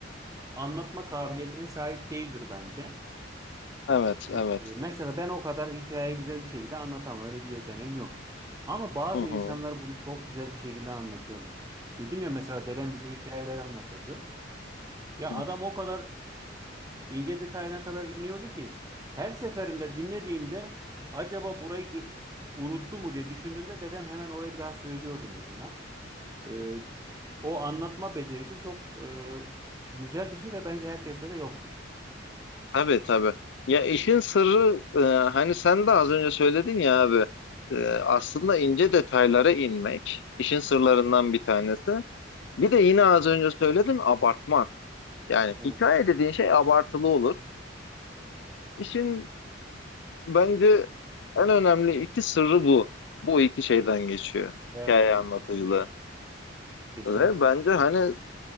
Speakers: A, on the right; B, on the left.
A: anlatma kabiliyetine sahip değildir bence.
B: Evet evet.
A: E, Mesela ben o kadar hikayeyi güzel bir şekilde anlatamam. Öyle bir yeteneğim yok. Ama bazı
B: Hı hı.
A: insanlar bunu çok güzel bir şekilde anlatıyorlar. Dedim ya mesela dedem bize hikayeleri anlatırdı. Ya
B: Hı.
A: adam o kadar ince detayına kadar iniyordu ki her seferinde dinlediğimde acaba burayı gö- unuttu mu diye düşündüğümde dedem hemen orayı bir daha söylüyordu mesela. E, o anlatma becerisi çok e, güzel bir şey ve bence herkeste de yoktur.
B: Tabii tabii. Ya işin sırrı e, hani sen de az önce söyledin ya abi e, aslında ince detaylara inmek işin sırlarından bir tanesi. Bir de yine az önce söyledim abartmak. Yani
A: Evet,
B: hikaye dediğin şey abartılı olur. İşin bence en önemli iki sırrı bu. Bu iki şeyden geçiyor
A: evet,
B: hikaye
A: evet
B: anlatıcılığı.
A: kesinlikle. Kesinlikle.
B: Ve bence hani